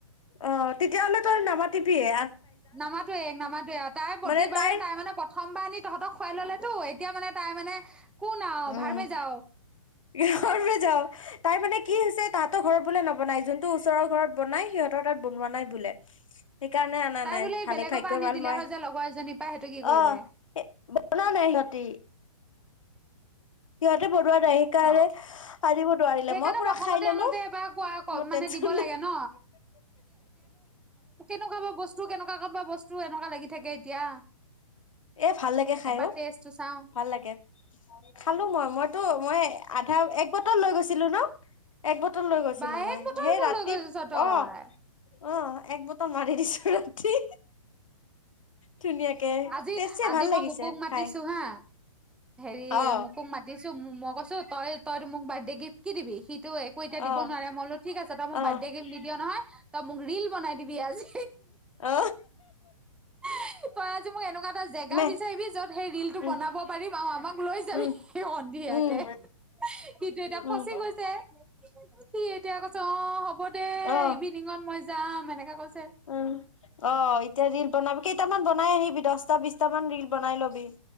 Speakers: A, on the left; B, in the centre.
A: অঁ। তেতিয়াহ'লে তই নামাত তিবিয়ে।
B: নামাতোৱে নামাতোৱয়ে তাই প্ৰতিবাৰে
A: মানে তাইৰ
B: তাই মানে প্ৰথমবাৰ আনি তহঁতক খুৱাই ললেতো এতিয়া মানে তাই মানে কোন আৰু
A: উম
B: ভাৰ মে যাওঁ।
A: ঘৰলৈ যাওঁ তাই মানে কি হৈছে তাতো ঘৰত বোলে নবনাই যোনটো ওচৰৰ ঘৰত বনাই সিহঁতৰ তাত বনোৱা নাই বোলে। সেইকাৰণে অনা
B: তাই
A: নাই
B: বোলে
A: ভালে
B: বেলেগৰ
A: ভাগ্য
B: পৰা আনি
A: ভাল
B: দিলে
A: মই
B: হয় যে লগৰ এজনীৰ পৰা সেইটো কি কৰিলে
A: অ', বনা নাই সিহতি <inaudible> সিহঁতে পৰুোৱাৰ।
B: ন
A: হাৰিব নোৱাৰিলে
B: সেইকাৰণে
A: মই পুৰা
B: প্ৰথমতে
A: খাই ললো
B: আনোতে এবাৰ কোৱা
A: মোৰ
B: মানে
A: টেনচন
B: দিব
A: নাই।
B: লাগে ন কেনেকুৱ বস্তু কেনেকুৱা বস্তু এনেকুৱা লাগি থাকে এতিয়া
A: এ ভাল লাগে খাই
B: এবাৰ
A: অ
B: টেষ্ট চাওঁ। <inaudible>
A: ভাল লাগে খালো মই মইতো মই আধা এক বটল লৈ গৈছিলো ন? এক বটল লৈ গৈছিলো
B: বা
A: মই
B: এক বটল
A: সেই
B: বোৰ
A: ৰাতি
B: লৈ গৈছ তই
A: অঁ। অ', এক বটল মাৰি দিছো ৰাতি। ধুনীয়াকে
B: আজি
A: টেষ্টি
B: -আজি
A: ভাল
B: মই
A: লাগিছে
B: মোকুক মাতিছো
A: খাই
B: হা হেৰি
A: অ
B: মোকুক মাতিছো ম কৈছো তই তই ত মোক বাদ্য ডেগি <unintelligible> কি দিবি সিটো একো এতিয়া দিব
A: অ
B: নোৱাৰে মই ঠিক আছে তই মোক
A: অ
B: বাৰ্থডে গিফ্ট নিদিয় নহয়। তই মোক ৰিল বনাই দিবি আজি
A: অ
B: <inaudible> তই আজি মোক এনেকুৱা এটা জেগা
A: মে
B: বিচাৰিবি য'ত
A: উম
B: বনাব পাৰিম আৰু আমাক তোক লৈ যাবি
A: উম
B: সন্ধিয়াকে
A: উম
B: সিটো এতিয়া
A: উম
B: ফচি গৈছে সি এতিয়া কৈছে অ হব দে
A: অ
B: ইভিনিঙত মই যাম এনেকা কৈছে
A: উ অ এতিয়া ৰিল বনাবি কেইটামান বনাই আহিবি দহটা বিছটা মান ৰিল বনাই লবি